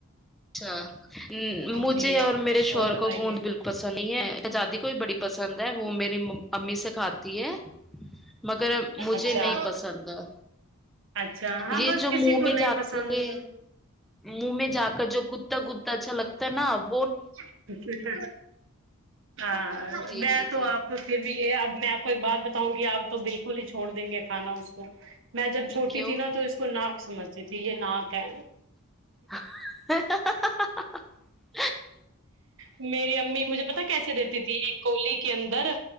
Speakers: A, in the centre; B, on the right (about 60°).
A: اچھا مجھے
B: جی
A: اور
B: جی
A: میرے
B: اور
A: شہور
B: بتائیے
A: کو گوند بالکل پسند نہیں ہے آزادی کو بھی بڑی پسند ہے وہ میرے امی سے کھاتی ہے مگر مجھے
B: اچھا
A: نہیں پسند ہے
B: اچھا ہاں
A: یہ
B: بس
A: جو
B: کسی
A: منہ
B: کو
A: میں
B: نہیں
A: جاتے
B: پسند
A: منہ میں جات کا جو کتا کتا اچھا لگتا ہے ن اب
B: اچ اچ ہاں
A: جی
B: میں
A: جی
B: تو
A: جی
B: آپ کو پھر اب میں آپ کو ایک بات بتاؤں گی آپ تو بالکل ہی چھوڑ دیں گے کھانا اس کو میں جب چھوٹی
A: کیوں
B: تھی ن نہ تو اس کو ناک سمجھ ج ھ یہ ن کہ
A: <unintelligible>
B: میری امی مجھے پتا کیسے دیتی تھی ایک کولی کے اندر